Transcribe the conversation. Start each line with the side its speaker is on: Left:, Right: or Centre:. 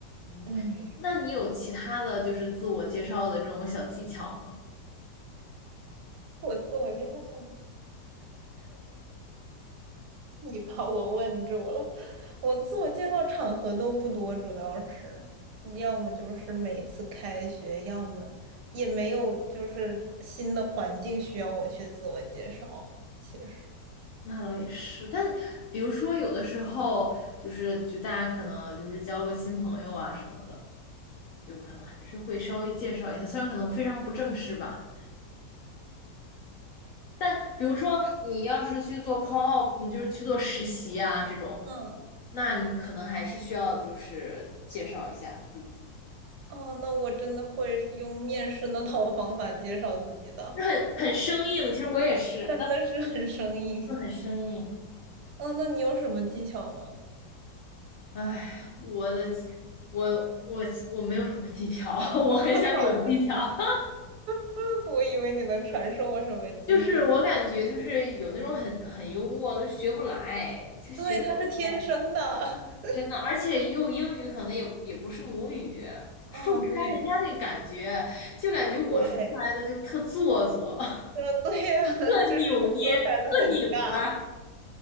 Left: 嗯，
Right: 嗯，
Left: 那你有其他的就是自我介绍的这种小技巧吗？
Right: 我自我介绍小技巧，你把我问住了。我自我介绍场合都不多，主要是要么就是每次开学，要么也没有就是新的环境需要我去自我介绍。其实，
Left: 那倒也是，但比如说有的时候就是就大家可能就是交个新朋友啊什么的。就可能还是会稍微介绍一下，虽然可能非常不正式吧。但比如说你要是去做 call out，嗯就是去做实习啊这种，
Right: 嗯，
Left: 那你可能还是需要就是介绍一下自己，
Right: 哦，那我真的会用面试那套方法介绍自己的，
Left: 就很很生硬。其实我也是，
Right: 真的是很生硬。
Left: 但我就很生硬。
Right: 哦，那你有什么技巧吗？
Left: 哎，我的，我我我没有什么技巧，<laughs> 我很想有技巧。
Right: <laughs> 跳好的。
Left: <laughs>
Right: <laughs> 我以为你能传授我什么经验。
Left: 就是我感觉就是有那种很很幽默，就学不来，就学不来。
Right: 对，他是天生的。<laughs>
Left: 真的，而且用英语可能也也不是母语，说不出来人家那感觉，
Right: 哦，对
Left: 就感觉我说出来的就特做作，
Right: 对，
Left: <laughs>
Right: 呃，对呀，<laughs>
Left: 特扭捏，
Right: 就是说出来的很尬，
Left: 特拧巴，